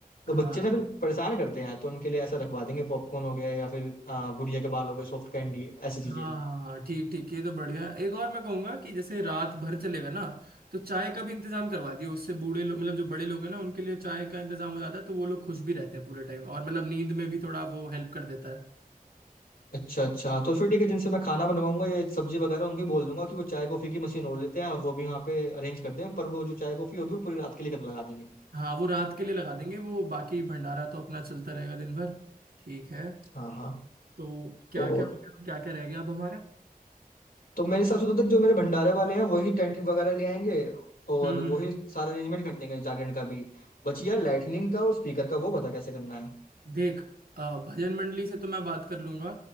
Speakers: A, on the left (about 70°); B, on the right (about 80°).
A: तो
B: हाँ
A: बच्चे ना फिर परेशान करते हैं तो उनके लिए ऐसा रखवा देंगे पॉपकॉर्न हो गया या फिर आ, गुड़िया के बाल हो गए सॉफ्ट कैंडी ऐसी चीजें
B: हाँ हाँ हाँ, ठीक ठीक ये तो बढ़िया है। एक और मैं कहूंगा कि जैसे रात भर चलेगा ना तो चाय का भी इंतजाम करवा दियो उससे बूढ़े लोग मतलब जो बड़े लोग हैं ना उनके लिए चाय का इंतजाम हो जाता है तो वो लोग खुश भी रहते हैं पूरे टाइम और मतलब नींद में भी थोड़ा वो हेल्प कर देता है
A: अच्छा अच्छा तो फिर ठीक है जिनसे मैं खाना बनवाऊंगा ये सब्जी वगैरह उनको भी बोल दूंगा कि वो चाय कॉफी की मशीन और लेते हैं और वो भी वहाँ पे अरेंज कर दें पर वो जो चाय कॉफी होगी वो पूरी रात के लिए कर लगा देंगे
B: हाँ वो रात के लिए लगा देंगे वो बाकी भंडारा तो अपना चलता रहेगा दिन भर ठीक है
A: हाँ हाँ
B: तो क्या
A: तो
B: क्या हो गया क्या क्या रह गया अब हमारा
A: तो मेरे हिसाब से तो तक जो मेरे भंडारे वाले हैं वही टेंट वगैरह ले आएंगे और
B: हम्म हम्म।
A: वही सारा अरेंजमेंट कर देंगे जागरण का भी बची यार लाइटनिंग का और स्पीकर का वो बता कैसे करना है
B: देख अ, भजन मंडली से तो मैं बात कर लूंगा